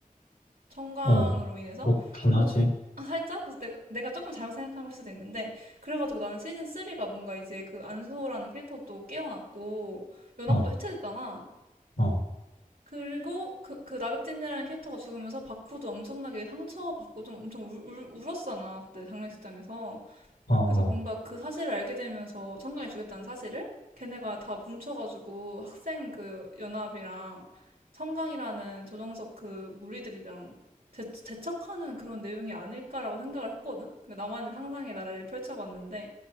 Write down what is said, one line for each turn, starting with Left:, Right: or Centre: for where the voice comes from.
Right: 청강으로
Left: 어,
Right: 인해서.
Left: 그렇긴
Right: 그,
Left: 하지.
Right: 아, 살짝? 그래서 내가, 내가 조금 잘못 생각한 걸 수도 있는데. 그래가지고 나는 시즌 3가 뭔가 이제 그 안수호라는 캐릭터도 깨어났고, 연합도
Left: 어,
Right: 해체됐잖아.
Left: 어,
Right: 그리고 그, 그 나백진이라는 캐릭터가 죽으면서 바쿠도 엄청나게 상처받고 좀 엄청 울, 울, 울었잖아. 그때 장례식장에서.
Left: 어, 어.
Right: 그래서 뭔가 그 사실을 알게 되면서 청강이 주겠다는 사실을 걔네가 다 뭉쳐가지고 학생 그 연합이랑 청강이라는 조정석 그 무리들이랑 대, 대척하는 그런 내용이 아닐까라고 생각을 했거든? 그러니까 나만의 상상의 나래를 펼쳐봤는데